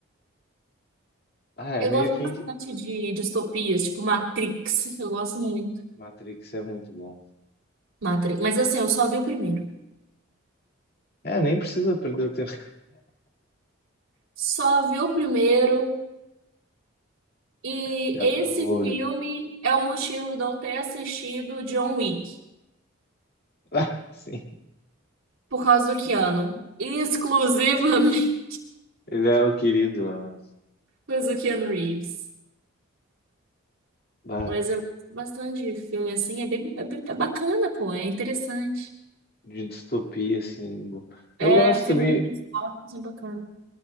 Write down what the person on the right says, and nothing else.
Eu
gosto
bastante de distopias, tipo Matrix. Eu gosto muito.
Matrix. Mas assim, eu só vi o primeiro.
Só vi o primeiro E
esse
filme
é o motivo de eu ter assistido John Wick,
por causa do Keanu. Exclusivamente
<laughs> por causa do Keanu Reeves.
Mas eu gosto bastante de filme assim, é bem, é bem- é bacana, pô, é interessante.
É,
filme
de esporte são bacana.